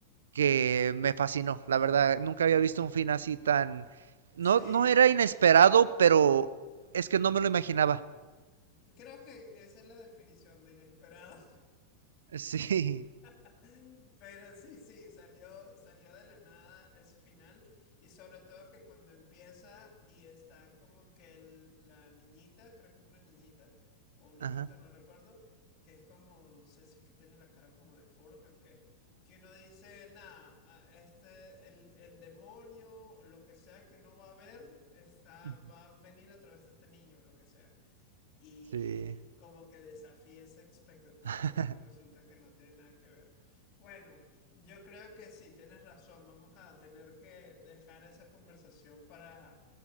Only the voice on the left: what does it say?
sí.
Creo que esa es la definición de inesperada.
<laughs> Pero sí, sí, salió, salió de la nada ese final y sobre todo que cuando empieza y está como que el- la niñita, creo que es una niñita o un niñito,
no recuerdo, que es como, no sé si es que tiene la cara como deforme o qué, que uno dice, nada, este, el, el demonio o lo que sea que uno va a ver, está,
va a venir a través de este niño, lo que sea y
como que desafía esa expectativa
y bueno, resulta que no tiene nada que ver. Bueno, yo creo que sí, tienes razón, vamos a tener que dejar esa conversación para,